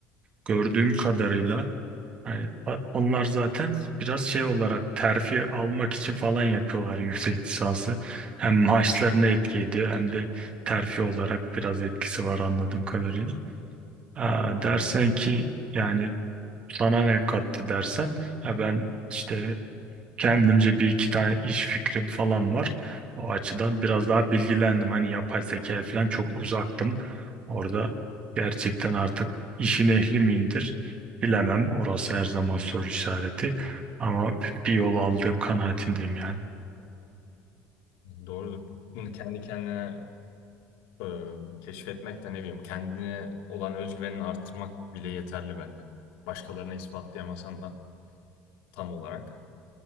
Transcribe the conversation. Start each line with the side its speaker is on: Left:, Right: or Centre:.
Right: gördüğüm kadarıyla Yani a- onlar zaten biraz şey olarak terfi almak için falan yapıyorlar yüksek lisansı. Hem maaşlarına
Left: Hmm,
Right: etki ediyor hem de terfi olarak biraz etkisi var anladığım kadarıyla. Aa,
Left: anladım.
Right: dersen ki yani sana ne kattı dersen ya ben işte kendimce bir iki tane iş fikrim falan var. O açıdan biraz daha bilgilendim. Hani yapay zeka falan çok uzaktım. Orada gerçekten artık işin ehli miyimdir bilemem. Orası her zaman soru işareti. Ama bir yol aldığım kanaatindeyim yani.
Left: Doğrudur. Bunu kendi kendine e, keşfetmek de ne bileyim kendine olan özgüvenini arttırmak bile yeterli bence. Başkalarına ispatlayamasan da tam olarak.